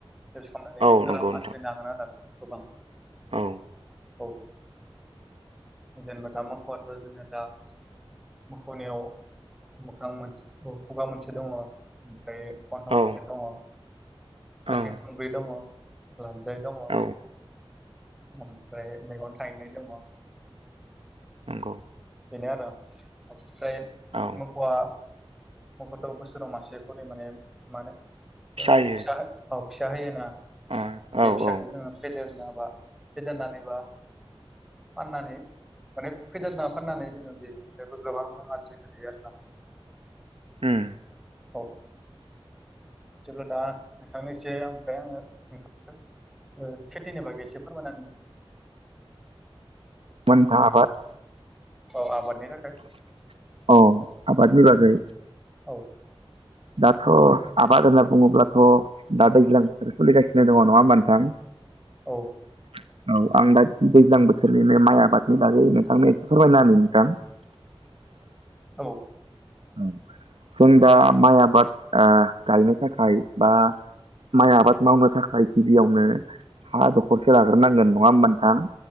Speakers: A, in the centre; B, on the right.
A: रिलस खालामनानै
B: औ नंगौ
A: रां
B: नोंथां
A: आरजिनो हागोन आरो गोबां।
B: औ।
A: औ जोङो दा मखबाथ' जोङो दा मख'नायाव मोखां मोन <unintelligible> खुगा मोनसे दङ ओमफ्राय गन्थं
B: औ
A: मोनसे दङें
B: औ
A: थों ब्रै दङ लान्जाय दङ।
B: औ
A: ओमफ्राय मैगं थायनाय दङ
B: नंगौ
A: बेनो आरो ओमफ्राय
B: औ
A: मोखौआ मखआथ' बोसोराव मासे खरि माने मानो
B: जायो
A: फिसा औ फिसा होयोना
B: ओ
A: बे
B: औ
A: फिसाखौ
B: औ
A: जोङो फेदेरनो बा फेदेरनानैबा फाननानै माने फैदार ना फाननानै जोङो बेनिफ्रायबो गोबां रां आजिरायनो हायो आरो ना।
B: ओम।
A: औ। जेब्ला दा नोंथांनोसै ओमफ्राय आङो नथां ओ खेथिनि बागै एसे फोरमायना होनो नामा?
B: मोनफा आबाद
A: औ आबादनि थाखाय
B: औ आबादनि बागै।
A: औ।
B: दाथ' आबाद होनना बुङोब्लाथ' दा दैज्लां बोथोर सोलिगासिनो दङ नङा होनोमा नोंथां?
A: औ।
B: <inaudible> औ आं दा दैज्लां बोथोरनिनो माइ आबादनि बागै नोंथांनो एसे फोरमायना होनि नोंथां। <inaudible>
A: औ।
B: औ। जों दा माइ आबाद गायनो थाखाय बा माइ आबाद मावनो थाखाय गिबियावनो हा दखरसे लाग्रोनांगोन नङा होमबा नोंथां?